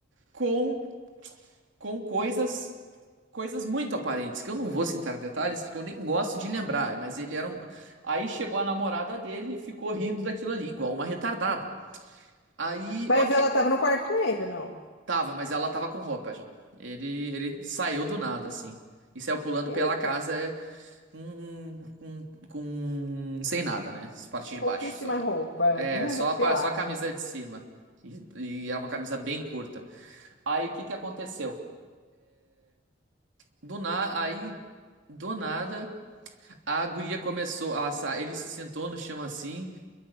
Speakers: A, on the right; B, on the left.
A: com, com coisas. Coisas muito aparentes, que eu não vou citar detalhes, porque eu nem gosto de lembrar, mas ele era um. Aí chegou a namorada dele e ficou rindo daquilo ali, igual uma retardada. Aí,
B: Mas
A: ok.
B: ela tava no quarto com ele, não?
A: Tava, mas ela tava com roupa já. Ele, ele saiu do nada, assim. E saiu pulando
B: Eita,
A: pela casa Com, com, com- Sem nada, né? As partes de
B: pouquíssima
A: baixo só.
B: roupa,
A: É, só
B: <laughs>
A: a, pa-
B: pelado.
A: só a camisa de cima. E, e era uma camisa bem curta. Aí o que que aconteceu? Do na... Aí, do nada, a guria começou. A... sa- Ele se sentou no chão assim,